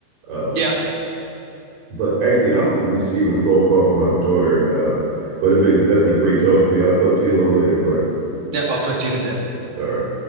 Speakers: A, on the right; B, on the right.
A: Uh,
B: Yeah,
A: but actually, I'm receiving a phone call from my daughter. Uh, but it's been definitely great talking to you. I'll talk to you a little later, Clark.
B: yeah, I'll talk to you in a bit.
A: All right.